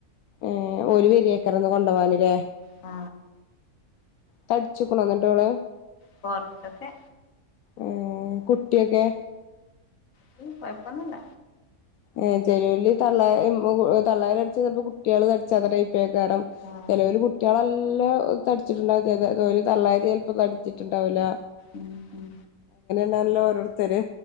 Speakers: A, on the left; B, on the left.
A: ഏ ഒരു വെരിയേക്കര് ഇന്ന് കൊണ്ടോവാനില്ലേ
B: ആ
A: തടിച്ചുക്ക്ണോ എന്നിട്ടോള്
B: കൊറച്ചൊക്കെ
A: ഏ കുട്ടിയൊക്കെ
B: കുട്ടി കൊയപ്പൊന്നില്ല
A: ഏ ചെലോല് തള്ള ഇമ്മ <unintelligible> തള്ളാര്ടിച്ച് ചെല്പ കുട്ടിള് തടിച്ചാത ടൈ ക്കെക്കാരം
B: ആഹ്
A: ചെലോല് കുട്ടിള ല്ലോ തടിച്ചിട്ടുണ്ടാവും ചെല രോല് തള്ളാരി ചെലപ്പോ തടിച്ചിട്ട്ണ്ടാവ് ല
B: ഉം ഉം
A: നല്ല ഓരോര്ത്തര്